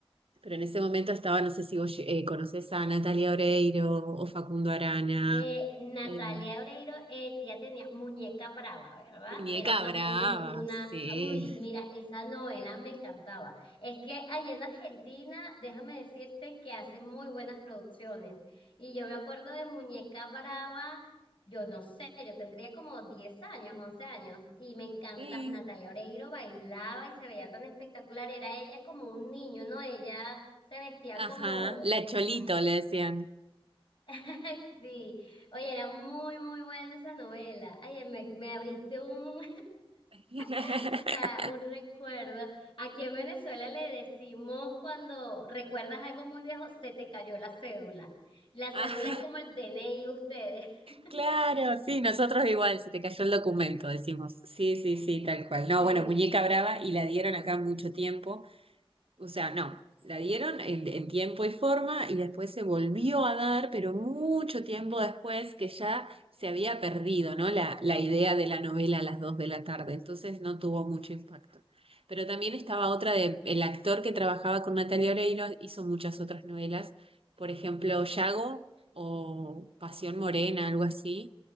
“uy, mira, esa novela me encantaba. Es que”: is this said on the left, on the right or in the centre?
Left